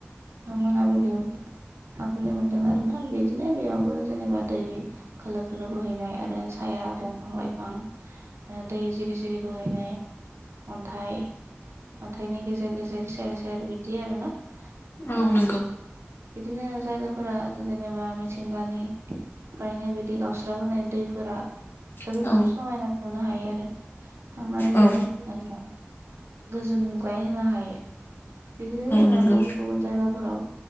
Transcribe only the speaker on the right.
मोनाबिलियाव थांफैनो मोनदों आरोना बिदिनो बेयावबो जेनेबा दै खोलोर खोलोलो बोहैनाय आरो साया दंफां लाइफां दै जिरि जिरि बोहैनाय अन्थाइ अन्थाइनि गेजेर गेजेर सेर सेर बिदि आरोना। ओ
बिदिनो जायगाफोरा जेनेबा मिथिंगानिफ्रायनो बिदि गावस्राबोनाय दै फोरा जोबोद
समायना नुनो हायो आरो थांनानै
जोङो गोजोनग्लाय होनो हायो बिदिनो जोंनिया
गुबुन गुबुन जायगाफोराव